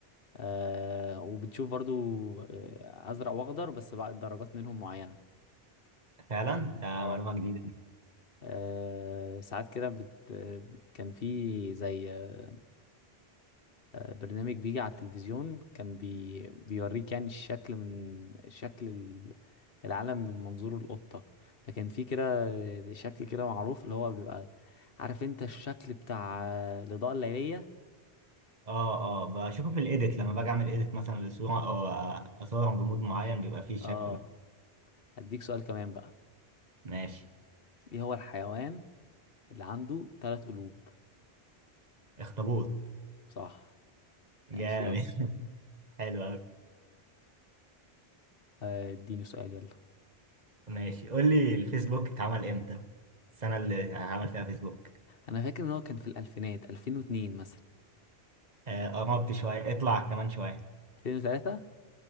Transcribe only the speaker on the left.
آه وبتشوف برضو آه ازرق واخضر بس بعد درجات منهم معينه
اه
آه ساعات كده بت... آه، كان في زي آه برنامج بيجي على التلفزيون كان بي... بيوريك يعني الشكل من شكل ال- العالم من منظور القطة فكان في كده آه، شكل كده معروف اللي هو بيبقى عارف انت الشكل بتاع آه، الإضاءة الليلية
اه
هديك سؤال كمان بقى
ايه هو الحيوان اللي عنده ثلاث قلوب
صح
ماشي يلا
آه، اديني سؤال يلا
انا فاكر ان هو كان في الالفينات 2002 مثلا
2003